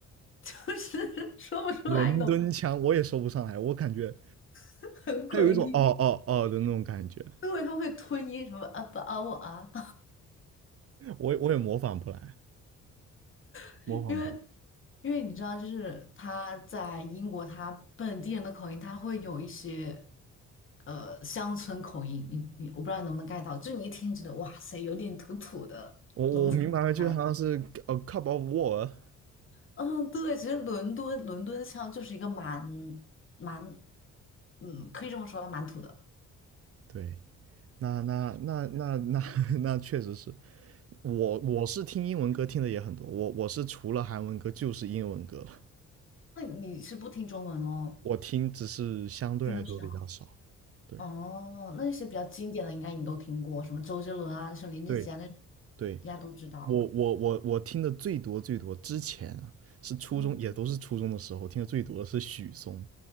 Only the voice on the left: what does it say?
就是 <laughs> 说不出来，
你懂吗
<laughs> 很诡异，
因为他会吞音什么啊不啊我啊，
<laughs>
因为因为你知道，就是他在英国他本地人的口音，他会有一些呃乡村口音，你你我不知道你能不能 get 到，就你一听觉得哇塞，有点土土的农村。
<laughs>
嗯，对，其实伦敦伦敦腔就是一个蛮蛮，嗯，可以这么说吧，蛮土的。
那你是不听中文哦？
听得少。
哦，那些比较经典的应该你都听过，什么周杰伦啊、什么林俊杰啊，
那种
应该都知道。
嗯，